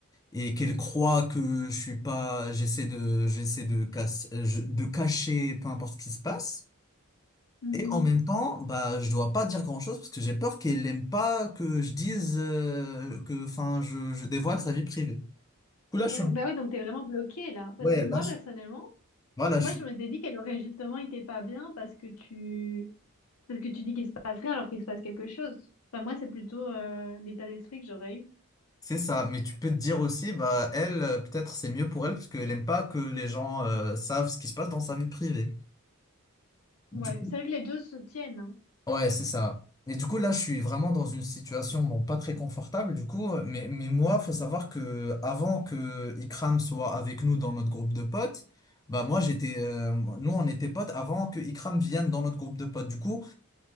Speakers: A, on the left; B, on the left.
A: et qu'elle croit que je suis pas, j'essaie de, j'essaie de casse- euh, je- de cacher peu importe ce qui se passe.
B: Mhm.
A: Et en même temps, bah, je dois pas dire grand-chose parce que j'ai peur qu'elle aime pas que je dise euh, que, enfin, je, je dévoile sa vie privée. Du coup, là,
B: Ouais.
A: je suis...
B: Bah ouais, donc t'es vraiment bloqué là. Parce
A: Ouais,
B: que moi
A: là, je-
B: personnellement,
A: voilà,
B: moi
A: je
B: je m'étais dit qu'elle aurait justement été pas bien parce que tu parce que tu dis qu'il se passe rien alors qu'il se passe quelque chose. Enfin moi c'est plutôt euh, l'état d'esprit que j'aurais eu.
A: C'est ça, mais tu peux te dire aussi, bah elle, euh, peut-être c'est mieux pour elle parce qu'elle aime pas que les gens euh, savent ce qui se passe dans sa vie privée. Du
B: Ouais.
A: coup,
B: C'est vrai que les deux se tiennent. hein.
A: ouais, c'est ça. Et du coup, là, je suis vraiment dans une situation, bon, pas très confortable, du coup, mais, mais moi, faut savoir que avant que Ikram soit avec nous dans notre groupe de potes, bah moi, j'étais, euh, nous, on était potes avant que Ikram vienne dans notre groupe de potes. Du coup,